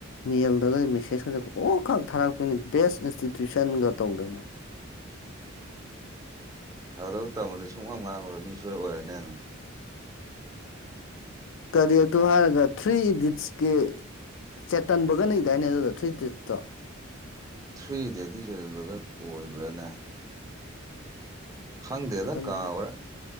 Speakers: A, on the left; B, on the right.
A: ꯃꯦꯜꯗꯒ ꯃꯦꯁꯦꯁ ꯈꯁ ꯑꯣꯈꯛ ꯊꯥꯔꯛꯄꯅꯤ ꯕꯦꯁ ꯏꯟꯁꯇꯤꯇ꯭ꯌꯨꯁꯟꯒ ꯇꯧꯗꯅ
B: ꯑꯗꯨ ꯇꯃꯗꯤ ꯁꯨꯡꯃꯥꯡ ꯉꯥꯡꯉꯔꯣꯏ ꯃꯤ ꯁꯣꯏ ꯑꯣꯏꯔꯅꯦ ꯑꯗꯨ <unintelligible>
A: ꯀꯔꯤ ꯑꯗꯨ ꯍꯥꯏꯔꯒ ꯊ꯭ꯔꯤ ꯏꯗꯤꯠꯁꯀꯤ ꯆꯦꯇꯟꯕꯒꯅ ꯏꯗꯥꯏꯅꯦ ꯑꯗꯨꯗꯣ ꯊ꯭ꯔꯤ ꯗꯤꯠꯇꯣ
B: ꯊ꯭ꯔꯤ ꯏꯗꯤꯇꯤ ꯆꯟꯕꯒꯔ ꯑꯣꯏꯕ꯭ꯔꯥꯅꯦ ꯈꯪꯗꯦꯗ
A: ꯆꯇꯥꯟꯂ
B: ꯀꯥꯎꯈ꯭ꯔꯦ